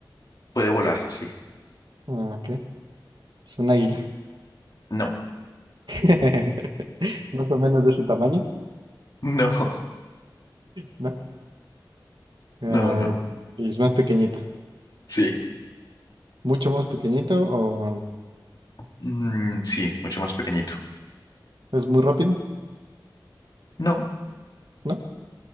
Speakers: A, on the left; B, on the right.
A: puede volar, sí.
B: ah, ok, es un águila.
A: No,
B: <laughs> Más o menos de ese tamaño,
A: no,
B: ¿no? Ah,
A: <laughs> no, no.
B: y es más pequeñito.
A: Sí,
B: Mucho más pequeñito o
A: Mm, sí, mucho más pequeñito.
B: es muy rápido,
A: No,
B: ¿no?